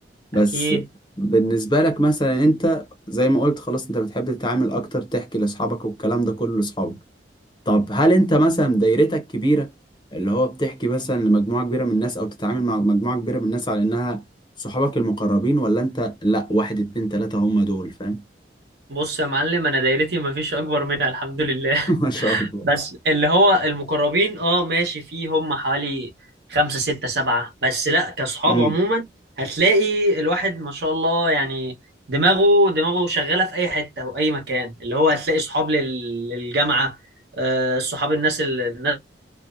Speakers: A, on the left; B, on the right.
A: بس
B: اكيد
A: بالنسبة لك مثلا انت زي ما قلت خلاص انت بتحب تتعامل اكتر تحكي لاصحابك والكلام ده كله لاصحابك طب هل انت مثلا دايرتك كبيرة اللي هو بتحكي مثلا لمجموعة كبيرة من الناس او تتعامل مع مجموعة كبيرة من الناس على انها صحابك المقربين ولا انت لا واحد اتنين تلاتة هم دول فاهم
B: بص يا معلم انا دايرتي ما فيش اكبر منها الحمد لله
A: <laughs> ما شاء
B: <laughs>
A: الله
B: بس اللي هو المقربين اه ماشي فيه هم حوالي خمسة ستة سبعة بس لا كصحاب
A: امم
B: عموما هتلاقي الواحد ما شاء الله يعني دماغه دماغه شغالة في اي حتة واي مكان اللي هو هتلاقي صحاب لل- للجامعة آه، صحاب الناس ال- الناس